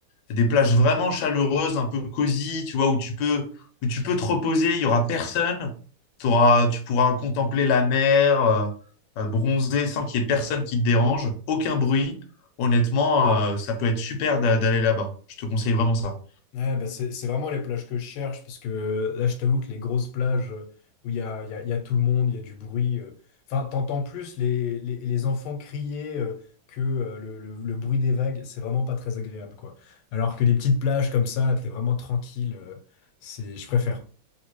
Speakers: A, on the left (about 65°); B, on the left (about 85°).
A: des plages vraiment chaleureuses, un peu cosy, tu vois, où tu peux, où tu peux te reposer, il y aura personne. T'auras- tu pourras contempler la mer, euh, euh, bronzer sans qu'il y ait personne qui te dérange, aucun bruit. Honnêtement, euh, ça peut être super d'a- d'aller là-bas. Je te conseille vraiment ça.
B: Ouais, bah c'est c'est vraiment les plages que je cherche, parce que euh, là, je t'avoue que les grosses plages euh, où il y a, il y a, il y a tout le monde, il y a du bruit, euh, enfin, t'entends plus les, les, les enfants crier euh, que euh, le, le, le bruit des vagues, c'est vraiment pas très agréable, quoi. Alors que les petites plages comme ça, t'es vraiment tranquille, euh, c'est, je préfère.